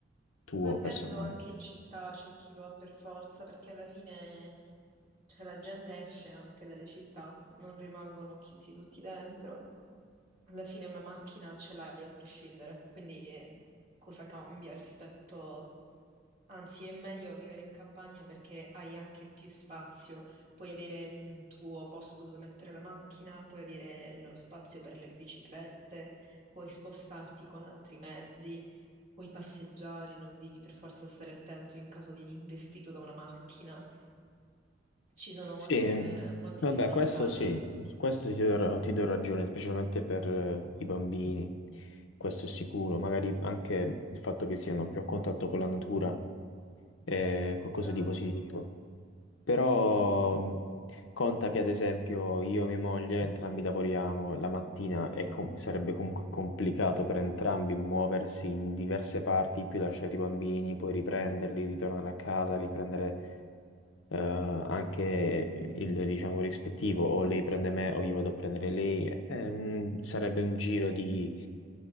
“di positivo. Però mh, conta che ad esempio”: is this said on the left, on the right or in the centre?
Left